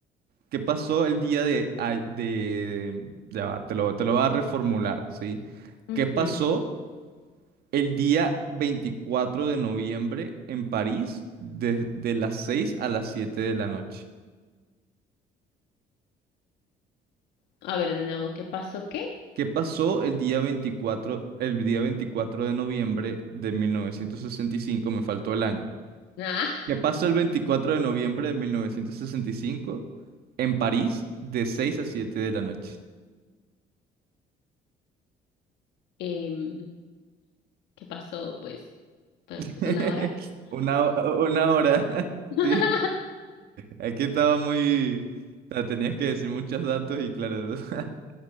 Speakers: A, on the right; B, on the left.
A: ¿Qué pasó el día de... a- de... Ya va, te lo, te lo voy a reformular, ¿sí?
B: Ujú.
A: ¿Qué pasó? El día 24 de noviembre en París, desde las 6 a las 7 de la noche.
B: A ver, de nuevo, ¿qué pasó qué?
A: ¿Qué pasó el día 24? el día 24 de noviembre de 1965. Me faltó el año.
B: Ah,
A: ¿Qué pasó el 24 de noviembre de 1965 en París de 6 a 7 de la noche?
B: em, ¿qué pasó? Pues, pues
A: <laughs>
B: una hora.
A: Una, ho- una hora. <laughs>
B: <laughs>
A: Sí. Aquí estaba muy... o sea, Tenías que decir muchos datos y claro. <laughs>